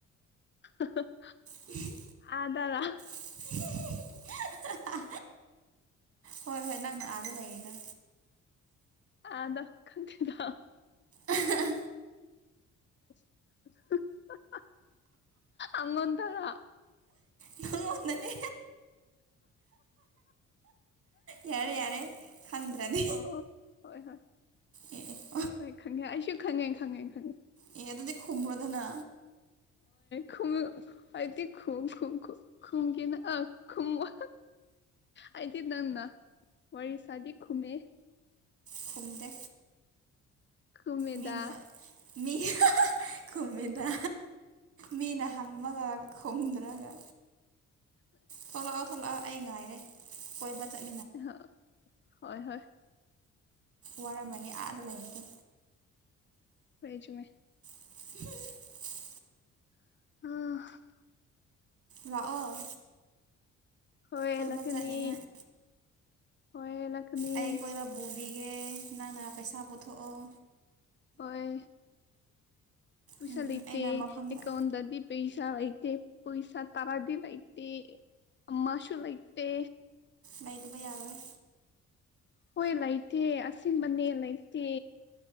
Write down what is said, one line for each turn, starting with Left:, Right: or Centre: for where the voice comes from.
Left: ꯍꯍꯍ
Right: ꯎꯝꯍꯝ
Left: ꯑꯗꯔꯣ
Right: ꯑꯝꯍꯝꯍꯝꯍꯍ ꯍꯣꯏ ꯍꯣꯏ ꯅꯪꯅ ꯑꯥꯗ ꯂꯩꯔꯤꯗꯣ
Left: ꯑꯥꯗ ꯈꯪꯗꯦꯗ
Right: ꯑꯍꯍ
Left: ꯑꯍꯍꯍ ꯑꯉꯣꯟ ꯗꯔꯣ
Right: ꯅꯉꯣꯟꯗꯅꯦ ꯌꯥꯔꯦ ꯌꯥꯔꯦ ꯈꯪꯗ꯭ꯔꯗꯤ
Left: ꯑꯣ ꯍꯣꯏ ꯍꯣꯏ
Right: ꯑꯦ ꯑꯦ
Left: ꯍꯣꯏ ꯈꯪꯉꯦ ꯑꯩꯁꯨ ꯈꯪꯉꯦ ꯈꯪꯉꯦ ꯈꯪꯉꯦ
Right: ꯑꯦ ꯑꯗꯨꯗꯤ ꯈꯨꯝꯃꯣꯗꯅ
Left: ꯈꯨꯝꯃꯨ ꯑꯩꯗꯤ ꯈꯨꯝ ꯈꯨꯝ ꯈꯨꯝ ꯈꯨꯝꯒꯦꯅ ꯑ ꯈꯨꯝꯕ ꯑꯩꯗꯤ ꯅꯪꯅ ꯋꯥꯔꯤ ꯁꯥꯗꯤ ꯈꯨꯝꯃꯦ
Right: ꯈꯨꯝꯗꯦ
Left: ꯈꯨꯝꯃꯦꯗꯥ
Right: ꯃꯤꯅ ꯃꯤ ꯍꯍꯍ ꯈꯨꯝꯃꯦꯗ ꯃꯤꯅ ꯍꯪꯕꯒ ꯈꯨꯝꯗ꯭ꯔꯒ ꯊꯣꯛꯂꯛꯑꯣ ꯊꯣꯛꯂꯛꯑꯣ ꯑꯩ ꯉꯥꯏꯔꯦ ꯀꯣꯏꯕ ꯆꯠ
Left: ꯑ ꯍ ꯍꯣꯏ ꯍꯣꯏ
Right: ꯋꯥꯔꯝꯃꯅꯤ ꯑꯥꯗ ꯂꯩꯕꯗꯣ
Left: ꯍꯣꯌꯦ ꯆꯨꯝꯃꯦ
Right: ꯑꯍꯝꯍꯝ
Left: ꯑ
Right: ꯂꯥꯛꯑꯣ
Left: ꯍꯣꯏ
Right: ꯀꯣꯏꯕ
Left: ꯂꯀꯅꯤ
Right: ꯆꯠꯅꯤꯡꯉꯥꯏ
Left: ꯍꯣꯏ ꯂꯥꯛꯀꯅꯤ
Right: ꯑꯩ ꯀꯣꯏꯕ ꯕꯣꯕꯤꯒꯦ ꯅꯪꯅꯅꯥ ꯄꯩꯁꯥ ꯄꯨꯊꯣꯛꯑꯣ
Left: ꯍꯣꯏ ꯄꯩꯁꯥ
Right: ꯎꯝ
Left: ꯂꯩꯇꯦ
Right: ꯑꯩꯅ ꯃꯐꯝꯗ
Left: ꯑꯦꯀꯥꯎꯟꯗꯗꯤ ꯄꯩꯁꯥ ꯂꯩꯦ ꯄꯩꯁꯥ ꯇꯔꯥꯗꯤ ꯂ ꯂꯩꯇ ꯑꯃꯁꯨꯨ ꯂꯩ ꯂꯩꯇ
Right: ꯂꯩꯇꯕꯩ ꯌꯥꯔꯣꯏ
Left: ꯍꯣꯏ ꯂꯩꯇꯦ ꯑꯁꯤꯕꯅꯦ ꯂꯩꯇꯦ